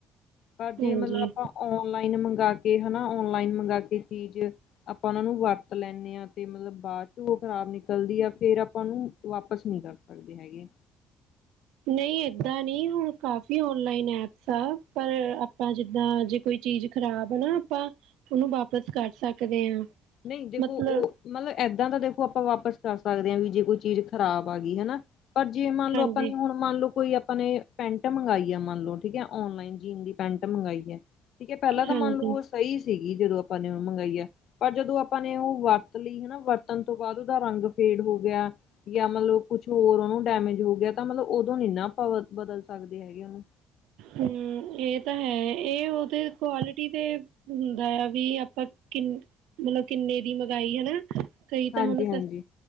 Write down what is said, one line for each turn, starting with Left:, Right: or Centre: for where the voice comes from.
Left: ਪਰ ਜੇ
Right: ਹਾਂਜੀ
Left: ਮਤਲਬ ਆਪਾਂ ਔਨਲਾਈਨ ਮੰਗ ਕੇ ਹਨਾ, ਔਨਲਾਈਨ ਮੰਗਾਂ ਕੇ ਚੀਜ਼ ਆਪਾਂ ਉਹਨਾਂ ਨੂੰ ਵਰਤ ਲੈਂਦੇ ਹਾਂ ਤੇ ਮਤਲਬ ਬਾਅਦ ਚ ਉਹ ਖ਼ਰਾਬ ਨਿਕਲਦੀ ਆ ਫੇਰ ਆਪਾਂ ਉਹਨੂੰ ਵਾਪਿਸ ਨੀ ਕਰ ਸਕ ਕਰਦੀ ਹੈਗੇ।
Right: ਨਹੀਂ ਏਦਾਂ ਨਹੀਂ ਹੁਣ ਕਾਫ਼ੀ ਔਨਲਾਈਨ ਐਪਸ ਆ ਪਰ ਆਪਾਂ ਜਿੱਦਾਂ ਜੇ ਕੋਈ ਚੀਜ਼ ਖ਼ਰਾਬ ਨਾ ਆਪਾਂ ਉਹਨੂੰ ਵਾਪਿਸ ਕਰ ਸਕਦੇ ਹਾਂ।
Left: ਨਹੀਂ ਦੇਖੋ
Right: ਮਤਲਬ
Left: ਉਹ ਮਤਲਬ ਏਦਾਂ ਦਾ ਦੇਖੋ ਆਪਾਂ ਵਾਪਿਸ ਕਰ ਸਕਦੇ ਹਾਂ ਵੀ ਜੇ ਕੋਈ ਚੀਜ਼ ਖ਼ਰਾਬ ਆ ਗਈ ਹਨਾ। ਪਰ ਮੰਨ ਲਓ
Right: ਹਾਂਜੀ
Left: ਜੇ ਆਪਾਂ ਨੇ ਹੁਣ ਮੰਨ ਲੋ ਕੋਈ ਆਪਾਂ ਨੇ ਪੈਂਟ ਮੰਗਾਈ ਆ ਮੰਨ ਲਓ ਠੀਕ ਆ ਔਨਲਾਈਨ ਜੀਨ ਦੀ ਪੈਂਟ ਮੰਗਾਈ ਆ ਠੀਕ ਹੈ ਪਹਿਲਾਂ ਤਾਂ
Right: ਹਾਂਜੀ
Left: ਮੰਨ ਲਓ ਉਹ ਸਹੀ ਸੀਗੀ ਜਦੋਂ ਆਪਾਂ ਨੇ ਮੰਗਾਈ ਆ ਪਰ ਜਦੋਂ ਆਪਾਂ ਨੇ ਉਹ ਵਰਤ ਲਈ ਹਨਾ ਵਰਤਣ ਤੋਂ ਬਾਅਦ ਉਹਦਾ ਰੰਗ ਫੇਡ ਹੋ ਗਿਆ ਜਾਂ ਮਤਲਬ ਕੁਛ ਹੋਰ ਉਹਨੂੰ ਡੈਮੇਜ ਹੋ ਗਿਆ ਤਾਂ ਮਤਲਬ ਉਦੋਂ ਨੀ ਨਾ ਬਦਲ ਸਕਦੇ ਹੈਗੇ ਉਹਨੂੰ।
Right: ਹਮ ਇਹ ਤਾਂ ਹੈ, ਇਹ ਉਹਦੇ ਕੁਆਲਿਟੀ ਦੇ ਹੁੰਦਾ ਆ ਵੀ ਆਪਾਂ ਕਿਨ ਮਤਲਬ ਕਿੰਨੇ-ਕਿੰਨੇ ਦੀ ਮੰਗਾਈ ਹਨਾ ਕਈ
Left: ਹਾਂਜੀ-ਹਾਂਜੀ
Right: ਤਾਂ ਹੁਣ ਸ,